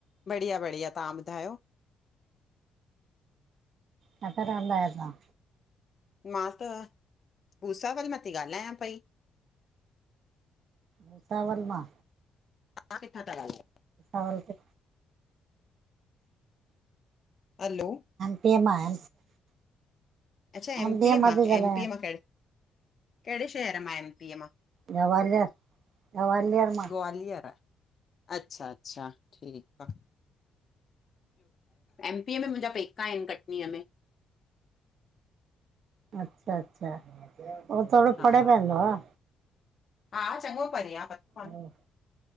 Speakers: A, on the left; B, on the right.
A: बढ़िया बढ़िया, तव्हां ॿुधायो?
B: काथे रहंदा आयो तां?
A: मां त भूसावल मां थी ॻाल्हायां पई।
B: भूसावल मां!
A: तां किथां ता ॻाल्हयो?
B: आगरा।
A: हलो?
B: एम पी अ मां
A: अच्छा एमपी
B: एमपीअ
A: मां,
B: थी ॻाल्हायां
A: एमपी‌ मां कहिड़े, कहिड़े शहर मां एमपी मां?
B: गवालियर, गवालियर मां।
A: ग्वालियर! आ अच्छा अच्छा ठीकु आ। एमपी में मुंहिंजा पेका आहिन कटनीअ में।
B: अच्छा अच्छा, उहो थोड़ो
A: हा
B: परे पवंदो आ।
A: हा, चङो परे आ पतो आ न।
B: ॿियो